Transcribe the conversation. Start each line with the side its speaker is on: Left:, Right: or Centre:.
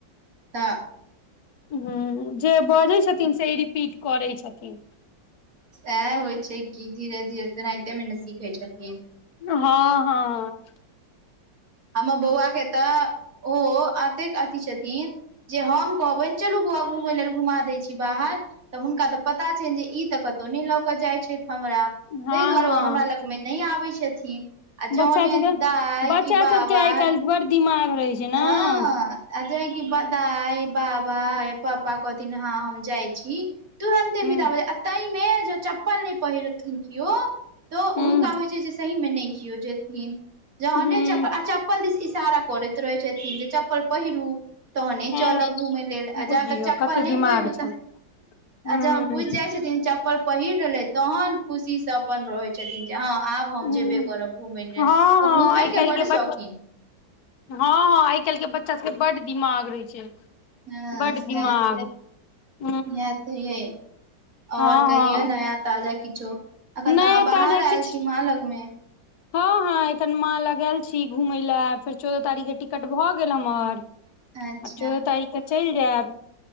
Right: तऽ
Left: हू जे बजै छथिन से ई रिपीट करै छथिन
Right: सएह होइ छै कि धीरे धीरे तेनाहिते मे नऽ सीखै छथिन
Left: हँ हँ
Right: हमर बौआ के तऽ ओ अतेक अथी छथिन जे हम कहबनि चलू बौआ घुम लेल घुमा देय छी बाहर तऽ हुनका तऽ पता पता छनि जे ई तऽ कतौ नहि लऽ के जाइ छथि हमरा
Left: हँ
Right: ताहि दुआरे ओ
Left: हँ
Right: हमरा लग मे नहि आबै छथिन आ
Left: बच्चा
Right: जहने
Left: सबके
Right: दाइ
Left: बच्चा
Right: कि बाबा
Left: सबके आइ काल्हि बड़ दिमाग रहै छै
Right: हँ
Left: नऽ
Right: आ जे कि दाइ बाबा पापा कहथिन हँ हम जाइ छी तुरन्ते
Left: हूँ
Right: बिदा भ जायत तैमे जो चप्पल नहि पहिरथिन कियो तऽ
Left: हूँ
Right: हुनका होइत छै जे सही मे नहि खियो जेथिन जहने
Left: हूँ
Right: चप्पल चप्पल दिस इशारा करैत रहै छथिन जे चप्पल पहिरू तहने
Left: हँ
Right: चलब घूमय लेल आ
Left: बुझियौ
Right: जाब तक चप्पल
Left: कते
Right: नहि
Left: दिमाग
Right: पहीरु
Left: छनि हूँ
Right: आ जों उ बुझि जाइ छथिन चप्पल पहिर रहलै तहन खुशी से अपन रहै छथिन जे हँ आब हम
Left: हूँ
Right: जेबे करब घूम लेल
Left: हँ
Right: ओ
Left: हँ
Right: घूमे
Left: आइ
Right: के
Left: काल्हि
Right: बड शौकीन
Left: बच्चा हँ हँ आइ काल्हि के बच्चा सबके बड्ड दिमाग रहै छै
Right: हँ
Left: बड्ड
Right: सेहा
Left: दिमाग हूँ
Right: ई <unintelligible>
Left: हँ
Right: ओर कहियौ
Left: हँ
Right: नया ताजा किछो एखन
Left: नया
Right: तऽ अहाँ बाहर
Left: ताजा
Right: आयल
Left: किछ
Right: छी माँ लगमे
Left: हँ हँ एखन माँ लग छी घुमय लए फेर चौदह तारीख के टिकट भऽ गेल हमर
Right: अच्छा
Left: आ चौदह तारीख क चलि जायब